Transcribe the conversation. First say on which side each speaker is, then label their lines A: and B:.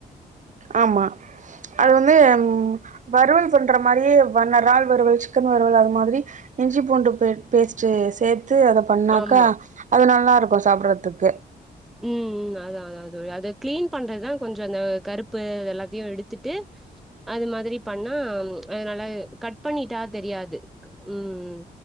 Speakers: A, on the right; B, in the centre.
A: ஆமா அது வந்து ம் வறுவல் பண்ற மாரியே பண்ண ரால் வறுவல் சிக்கன் வறுவல் அது மாதிரி இஞ்சி பூண்டு பேஸ்ட் சேத்து அத பண்ணாக்கா
B: ஆமா
A: அது நல்லாருக்கு சாப்புறதுக்கு
B: ம் ம் அதாதா அதா அது கிளீன் பண்றதுதா கொஞ்சோ அந்த கருப்பு எல்லாத்தையு எடுத்துட்டு அது மாதிரி பண்ணா ம் அதனால கட் பண்ணிட்டா தெரியாது கா ம்